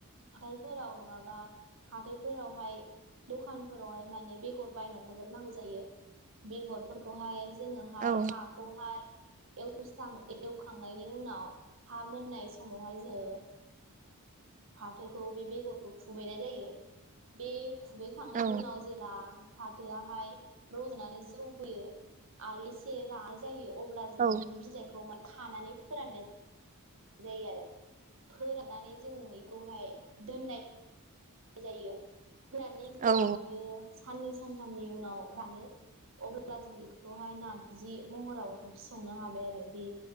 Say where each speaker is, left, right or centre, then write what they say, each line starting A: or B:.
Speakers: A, on the right; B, on the right.
A: हाथायफोराव नङाबा हाथायफोरावहाय दखानफोरावहाय माने बेगर बायनानै लाग्रोनांगौ जायो बेगरफोरखौहाय जोङोहाय
B: औ
A: हाखौहाय एवस्रां एवखांनायनि उनाव हा मोननाय समावहाय जोङो फाथोखौ बे बेगरखौ खुबैनाय जायो बे खुबैखांनायनि
B: औ
A: उनाव जेला फाथोआहाय रज'नानै जौबोयो आरो एसे रानाय जायो अब्ला जोङो
B: औ
A: बिनि बिलाइखौ म खानानै फोराननाय जायो आरो फोराननानै जों बेखौहाय दोननाय नाय जायो फोराननानै जेब्ला
B: औ
A: बियो साननैसो सानथामनि उनाव रानो अब्ला अब्ला जों बेखौहाय नार्जि महराव ओंख्रि संनो हाबाय आरो बे